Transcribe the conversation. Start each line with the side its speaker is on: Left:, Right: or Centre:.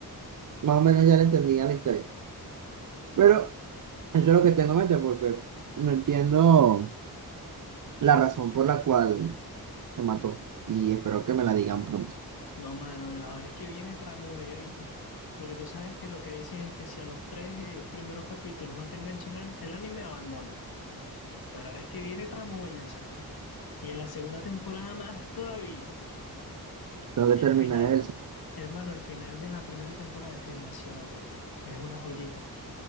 Right: más o menos ya le entendía la historia. Pero eso es lo que tengo en mente porque no entiendo la razón por la cual se mató. Y espero que me la digan pronto.
Left: No, mano, ahora es que viene tramoyo, ¿viste? Porque tú sabes que lo que dicen es que si a los tres eh, primeros capítulos no te enganchan an- el anime, abandónalo. Pero ahora es que viene tramoya, chavo. Y en la segunda temporada más todavía.
Right: Tengo que
Left: El
Right: terminar
Left: final,
Right: el
Left: hermano, el final de la primera temporada es demasiado bueno. Es una joyita.